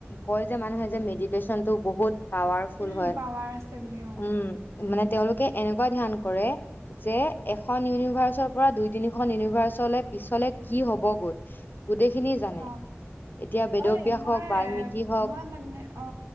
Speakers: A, on the left; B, on the right.
A: কয় যে মানুহে যে মেডিটেশ্যনটো বহুত পাৱাৰফুল
B: উম,
A: হয়
B: পাৱাৰ আছে বুলি অ'।
A: উম মানে তেওঁলোকে এনে নেক ধ্যান কৰে যে এখন ইউনিভাৰ্চৰ পৰা দুই তিনিখন ইউনিভাৰ্চলে পিছলে কি হবগৈ গোটেইখিনি জানে
B: অ
A: এতিয়া বেদব্যাস
B: হয় মই
A: হওক বাল্মিকি হওক
B: মই মানে অ